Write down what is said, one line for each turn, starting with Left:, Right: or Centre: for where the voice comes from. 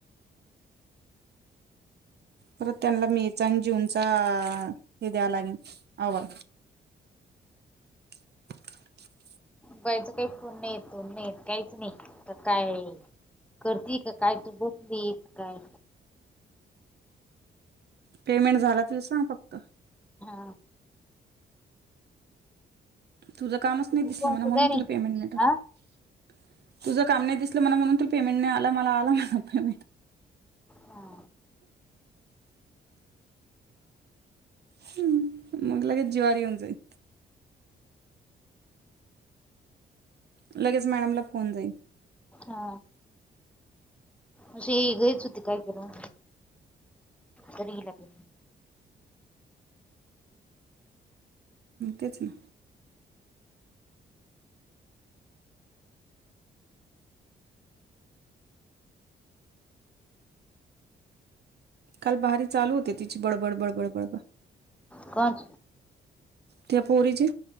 Right: परत त्यांना मेचा आणि जूनचा हे द्याव लागेल आ वा <inaudible>
Centre: बायचं काही फोन नाय येत काय नायं काहीच नाही कायं करते का काय तू बसली काय.
Right: पेमेंट झाला त सांग फक्त
Centre: हा.
Right: तुझं कामच नाही
Centre: कोण
Right: दिसलं म्हणून तुला पेमेंट नाही टाकलं.
Centre: हा
Right: तुझं काम नाही दिसलं म्हणून तरं पेमेंट नाही आला मला आला मला पेमेंट
Centre: हा.
Right: हम्म मग लगेच जीवावर येऊन जाईन. लगेच मॅडमला फोन जाईन.
Centre: हा अशी ही घरीच होती काय केलं तरी हिला पेमेंट.
Right: तेच ना. काल भारी चालू होती तिची बड बड बड बड बड बड
Centre: कोणाची?
Right: त्या पोरीची.